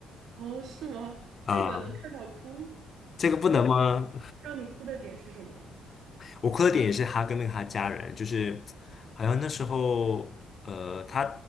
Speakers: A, on the right; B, on the left.
A: 哦，是吗？
B: 啊，
A: 这个能看到哭，
B: 这个不能吗？
A: 为让你哭的点是什么？
B: 我哭的点也是他跟那个他家人，就是好像那时候，呃，他